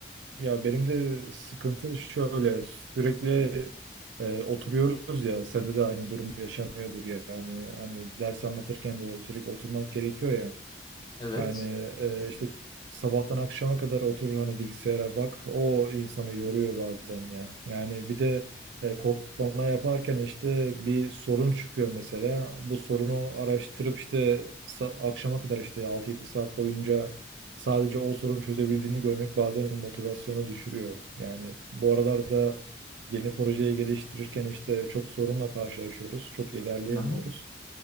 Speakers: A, on the right (about 75°); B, on the left (about 20°).
A: ya benim de sıkıntı şöyle sürekli e, oturuyoruz ya sende de aynı durum yaşanıyordur ya yani hani ders anlatırken de sürekli oturmak gerekiyor ya.
B: Evet.
A: Yani e, işte sabahtan akşama kadar oturur hani bilgisayara bak. O insanı yoruyor bazen ya. Yani bir de e, kodlama yaparken işte bir sorun çıkıyor mesela. Bu sorunu araştırıp işte sa- akşama kadar işte altı yedi saat boyunca sadece o sorunu çözebildiğini görmek bazen motivasyonu düşürüyor. Yani bu aralarda yeni projeyi geliştirirken işte çok sorunla karşılaşıyoruz. Çok ilerleyemiyoruz.
B: Hı hı.